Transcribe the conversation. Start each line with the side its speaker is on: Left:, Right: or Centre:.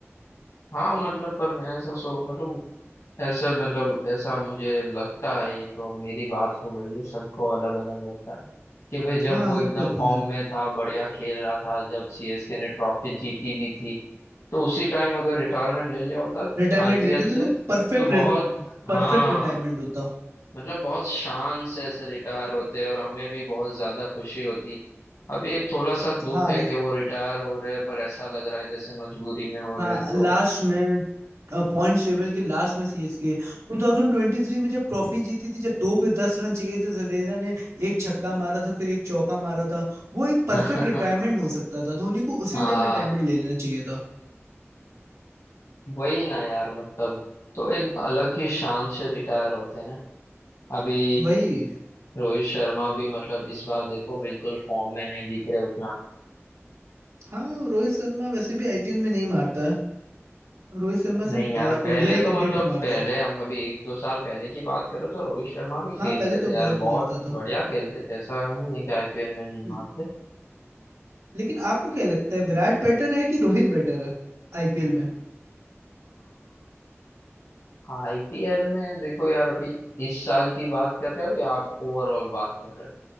Left: हाँ मतलब पर मैं ऐसा सो मतलब ऐसा मतलब ऐसा मुझे लगता है ये तो मेरी बात हो गई है सबको अलग अलग लगता है कि भाई जब
Right: हाँ हाँ,
Left: वो
Right: सबको
Left: एकदम
Right: अपना
Left: फॉर्म में था बढ़िया खेल रहा था जब सीएसके ने ट्रॉफी जीती भी थी तो उसी टाइम अगर रिटायरमेंट ले लिया होता
Right: रिटायरमेंट
Left: आईपीएल
Right: ले लेते
Left: से
Right: तो परफेक्ट
Left: तो बहुत हाँ
Right: परफेक्ट रिटायरमेंट होता
Left: मतलब बहुत शान से ऐसे रिटायर होते और हमें भी बहुत ज्यादा खुशी होती अभी एक थोड़ा
Right: हाँ
Left: सा दुख
Right: हाँ
Left: है कि वो रिटायर हो रहे हैं पर ऐसा लग रहा है जैसे मजबूरी में हो
Right: हाँ
Left: रहे हैं, तो
Right: लास्ट में पॉइंट्स टेबल के लास्ट में सीएसके 2023 में जब ट्रॉफी जीती थी जब दो पे दस रन चाहिए थे जडेजा ने एक छक्का मारा था फिर एक चौका मारा था वो एक परफेक्ट
Left: <laughs>
Right: रिटायरमेंट हो सकता था धोनी को उसी
Left: हाँ
Right: टाइम रिटायरमेंट ले लेना चाहिए था
Left: वही ना यार मतलब तो एक अलग ही शान से रिटायर होते हैं ना अभी
Right: वही
Left: रोहित शर्मा भी मतलब इस बार देखो बिल्कुल फॉर्म में नहीं दिख रहे उतना
Right: हाँ रोहित शर्मा वैसे भी आईपीएल में नहीं मारता है रोहित शर्मा
Left: नहीं
Right: सिर्फ
Left: यार पहले
Right: ओडीआई क्रिकेट
Left: तो मतलब
Right: में मारता
Left: पहले
Right: है
Left: हम अभी एक दो साल पहले की बात करो तो रोहित शर्मा भी
Right: हाँ
Left: खेलते
Right: पहले
Left: थे
Right: तो
Left: यार
Right: बहुत मारता
Left: बहुत
Right: था
Left: बढ़िया खेलते थे ऐसा नहीं है कि आईपीएल में नहीं
Right: ल-
Left: मारते
Right: लेकिन आपको क्या लगता है विराट बेटर है कि रोहित बेटर है आईपीएल में
Left: आईपीएल में देखो यार अभी इस साल की बात कर रहे हो या आप ओवरऑल बात कर रहे हो